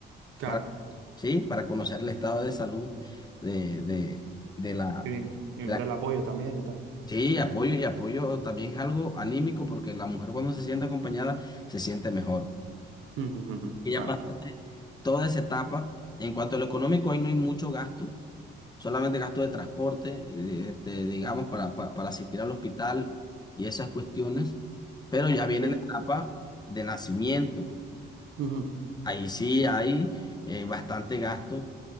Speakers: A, on the right; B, on the left.
A: claro.
B: para, ¿sí? para conocer el estado de salud de, de- de la,
A: Y brin- y
B: de
A: brindar
B: la-
A: el apoyo también y tal.
B: Sí, apoyo y apoyo también es algo anímico porque la mujer cuando se siente acompañada se siente mejor.
A: Ujú, ujú, ujú.
B: Ella
A: Claro, claro.
B: toda esa etapa. En cuanto a lo económico, ahí no hay mucho gasto, solamente gasto de transporte, eh, este, digamos, para, para, para asistir al hospital y esas cuestiones. Pero ya viene
A: Eh,
B: la etapa de nacimiento.
A: ujú.
B: Ahí sí hay eh, bastante gasto